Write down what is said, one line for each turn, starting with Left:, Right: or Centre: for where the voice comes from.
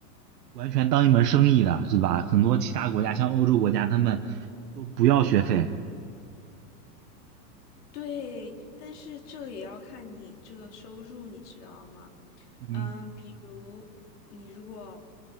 Right: 完全当一门生意的，是吧？很多其他国家，像欧洲国家，他们都不要学费。
Left: 对，但是这也要看你这个收入，你知道吗？
Right: 嗯，
Left: 嗯，比如你如果